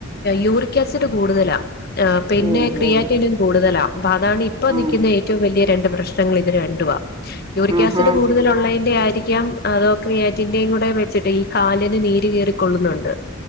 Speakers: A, on the left; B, on the right.
A: യൂറിക് ആസിഡ് കൂടുതലാ ആഹ് പിന്നെ
B: ഓഹോ
A: ക്രിയാറ്റെനും കൂടുതലാ അപ്പൊ അതാണ് ഇപ്പ
B: ആഹ്
A: നിൽക്കുന്ന ഏറ്റവും വലിയ രണ്ട് പ്രശ്നങ്ങൾ ഇത് രണ്ടുവാ യൂറിക്
B: ആഹാ
A: ആസിഡ് കൂടുതലുള്ളതിന്റെ ആയിരിക്കാം അതോ ക്രിയാറ്റിന്റെയും കൂടെ വെച്ചിട്ട് ഈ കാലിന് നീര് കേറിക്കൊള്ളുന്നുണ്ട്